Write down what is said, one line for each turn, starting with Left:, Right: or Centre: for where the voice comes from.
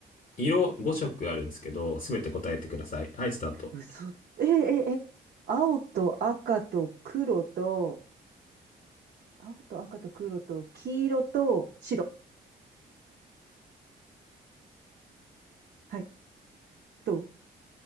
Left: 色5色あるんですけど、すべて答えてください。はい、スタート。
Right: 嘘。え、え、え、青と赤と黒と、青と赤と黒と黄色と白。はい。と、